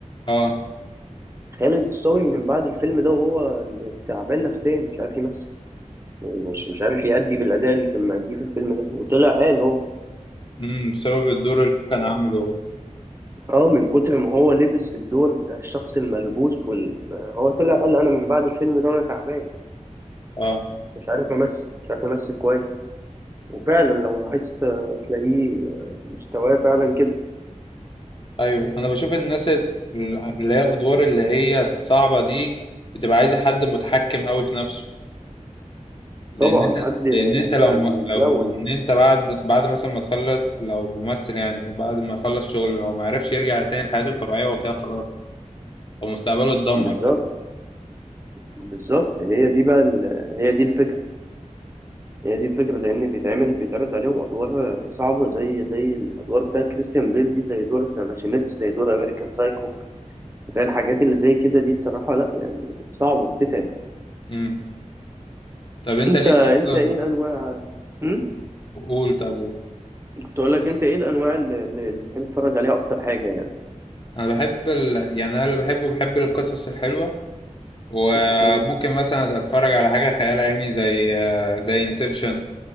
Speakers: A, on the left; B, on the right.
A: اه
B: خالد الصاوي من بعد الفيلم ده وهو تعبان نفسيا مش عارف يمثل مش مش عارف يأدي بالأداء اللي كان مأديه في الفيلم ده وطلع قال هو
A: امم بسبب الدور اللي هو كان عامله
B: اه من كتر ما هو لبس الدور بتاع الشخص الملبوس وال... ما- هو طلع قال انا من بعد الفيلم ده وانا تعبان
A: اه
B: مش عارف امثل مش عارف امثل كويس وفعلا لو لاحظت آه، تلاقيه آه، مستواه فعلا كده
A: ايوه انا بشوف الناس اللي هي الادوار اللي هي الصعبة دي بتبقى عايزة حد متحكم قوي في نفسه لان
B: طبعا
A: انت
B: حد آه،
A: لان انت
B: بقى
A: لو
B: بيتلون
A: لو ان انت بعد بعد مثلا ما تخلص لو ممثل يعني بعد ما يخلص شغل لو ما عرفش يرجع تاني لحياته الطبيعية وكده خلاص ومستقبله اتدمر
B: بالظبط
A: كده
B: بالظبط هي دي بقى ال... هي دي الفكرة هي دي الفكرة لأن بيتعمل بيتعرض عليهم أدوار آه، صعبة زي زي الأدوار بتاع كريستيان بيل دي زي دور ذا ماشينيست زي دور أمريكان سايكو زي الحاجات اللي زي كده دي الصراحة لا يعني صعبة بتتعب
A: امم طب انت
B: انت
A: ليك
B: انت
A: اصلا
B: ايه الانواع امم
A: قول طب قول
B: كنت اقول لك انت ايه الانواع اللي, اللي بتحب تتفرج عليها اكتر حاجة يعني
A: انا بحب ال... يعني انا اللي بحبه بحب القصص الحلوه وممكن
B: اوكي
A: مثلا اتفرج على حاجه خيال علمي زي زي انسبشن